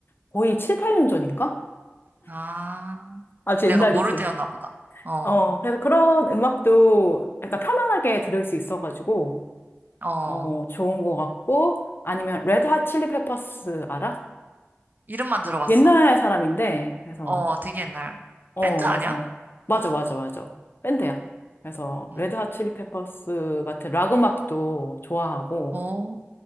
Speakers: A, on the left (about 55°); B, on the right (about 45°).
A: 거의 7, 8년 전인가?
B: 아,
A: 아주
B: 내가
A: 옛날이지.
B: 모를 때였나 보다. 어,
A: 어, 그래서 그런 음악도 약간 편안하게 들을 수 있어가지고,
B: 어.
A: 어, 좋은 것 같고, 아니면 레드 핫 칠리 페퍼스 알아?
B: 이름만 들어봤어.
A: 옛날 사람인데, 그래서
B: 어, 되게 옛날.
A: 어,
B: 밴드
A: 그래서
B: 아니야?
A: 맞아, 맞아, 맞아. 밴드야.
B: 어,
A: 그래서
B: 응.
A: 레드 핫 칠리 페퍼스 같은 락 음악도 좋아하고
B: 어,